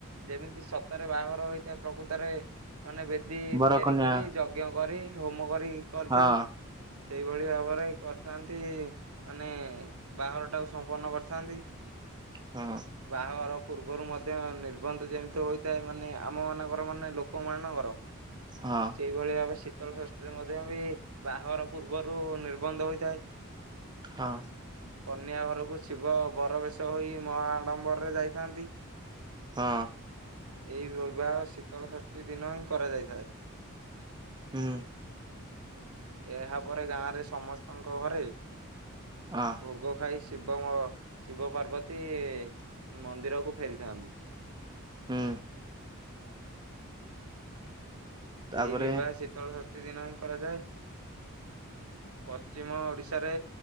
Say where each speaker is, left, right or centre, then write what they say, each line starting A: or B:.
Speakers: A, on the right; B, on the right.
A: ଯେମିତି ସତରେ ବାହାଘର ହୋଇଥିଏ ପ୍ରକୃତରେ ମାନେ ବେଦୀ
B: ବର
A: ତିଆରି
B: କନ୍ୟା
A: କରି ଯଜ୍ଞ କରି ହୋମ କରି କରିଥାନ୍ତି।
B: ହଁ
A: ସେଇଭଳି ଭାବରେ କରିଥାନ୍ତି, ମାନେ ବାହାଘର ଟାକୁ ସମ୍ପନ୍ନ କରିଥାନ୍ତି।
B: ହଁ।
A: ବାହାଘର ପୂର୍ବରୁ ମଧ୍ୟ ନିର୍ବନ୍ଧ ଯେମିତି ହୋଇଥାଏ, ମାନେ ଆମ ମାନଙ୍କର ମାନେ ଲୋକମାନଙ୍କର
B: ହଁ।
A: ସେଇଭଳି ଭାବେ ଶୀତଳ ଷଷ୍ଠୀରେ ମଧ୍ୟ ବି ବାହାଘର ପୂର୍ବରୁ ନିର୍ବନ୍ଧ ହୋଇଥାଏ।
B: ହଁ।
A: କନ୍ୟା ଘରକୁ ଶିବ ବର ବେଶ ହୋଇ ମହା ଆଡମ୍ବରରେ ଯାଉଛନ୍ତି।
B: ହଁ।
A: ଏହି ବିବାହ ଶୀତଳଷଷ୍ଠୀ ଦିନ ହିଁ କରାଯାଇଥାଏ।
B: ହୁଁ।
A: ଏହା ପରେ ଗାଁ ରେ ସମସ୍ତଙ୍କ ଘରେ
B: ହଁ
A: ଭୋଗ ଖାଇ ଶିବ ମ ଶିବ ପାର୍ବତୀ ମନ୍ଦିରକୁ ଫେରିଥାନ୍ତି।
B: ହୁଁ। ତାପରେ
A: ଏହି ବିବାହ ଶୀତଳ ଷଷ୍ଠୀ ଦିନ ହିଁ କରାଯାଏ। ପଶ୍ଚିମ ଓଡିଶାରେ